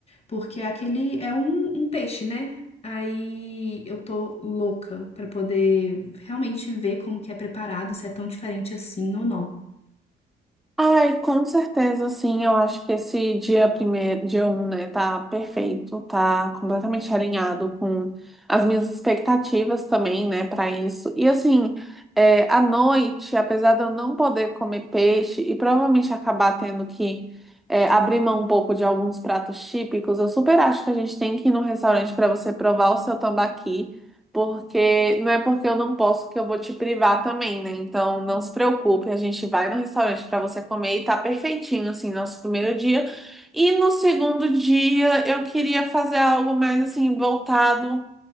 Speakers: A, on the left; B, in the centre.
A: porque aquele é um, um peixe, né? Aí eu tô louca pra poder realmente ver como que é preparado, se é tão diferente assim ou não.
B: Ai, com certeza, sim. Eu acho que esse dia primeiro, dia um né, tá perfeito, tá completamente alinhado com as minhas expectativas também, né, para isso. E assim, é, à noite, apesar de eu não poder comer peixe e provavelmente acabar tendo que é, abrir mão um pouco de alguns pratos típicos, eu super acho que a gente tem que ir num restaurante para você provar o seu tambaqui porque não é porque eu não posso que eu vou te privar também, né? Então não se preocupe, a gente vai no restaurante para você comer e tá perfeitinho assim nosso primeiro dia. E no segundo dia eu queria fazer algo mais assim voltado